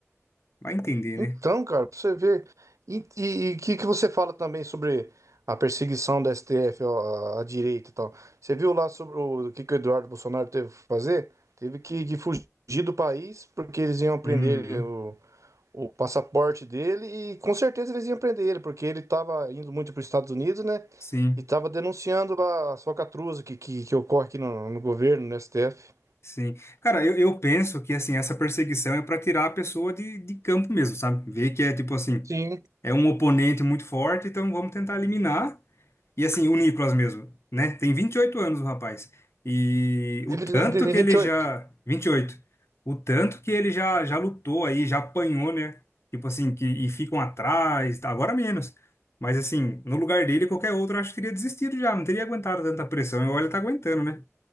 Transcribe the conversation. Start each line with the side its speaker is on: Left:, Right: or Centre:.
Left: Vai entender,
Right: Então,
Left: né?
Right: cara, pra você ver. E o que, que você fala também sobre a perseguição da STF ó, à, direita e tal? Você viu lá sobre o, que, que o Eduardo Bolsonaro teve que fazer? Teve que, que fugir do país porque eles iam prender
Left: Uhum.
Right: o, o passaporte dele e com certeza eles iam prender ele, porque ele estava indo muito para os Estados Unidos, né?
Left: Sim,
Right: E estava denunciando lá as falcatruas que, que, que ocorre aqui no, no governo, no STF.
Left: sim. Cara, eu, eu penso que assim, essa perseguição é pra tirar a pessoa de, de campo mesmo, sabe? Ver que é tipo assim,
Right: Sim,
Left: é um oponente muito forte, então vamos tentar eliminar. E assim, o Nicolas mesmo, né? Tem 28 anos o rapaz. E
Right: ele
Left: o tanto
Right: ele tem
Left: que
Right: vinte
Left: ele
Right: e
Left: já.
Right: oito.
Left: vinte e oito, O tanto que ele já, já lutou aí, já apanhou, né? Tipo assim, que, e ficam atrás, tá? agora menos. Mas assim, no lugar dele, qualquer outro, eu acho que teria desistido já, não teria aguentado tanta pressão. E olha, tá aguentando, né?